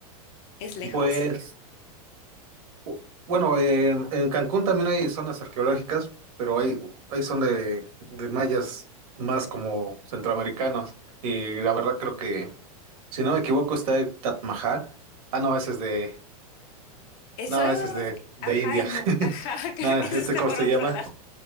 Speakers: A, on the left; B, on the right.
A: ¿Es lejos?
B: Pues, bu- bueno, en, en Cancún también hay zonas arqueológicas, pero hay, hay son de, de mayas más como centroamericanos. Y la verdad creo que, si no me equivoco, está el Taj Mahal. Ah, no, ese es de,
A: Eso,
B: no, ese es de, de
A: ajá,
B: India.
A: en-
B: <laughs>
A: ajá, <laughs> creo
B: Nada,
A: que eso
B: este,
A: está
B: ¿cómo
A: por
B: se
A: otro
B: llama?
A: lado.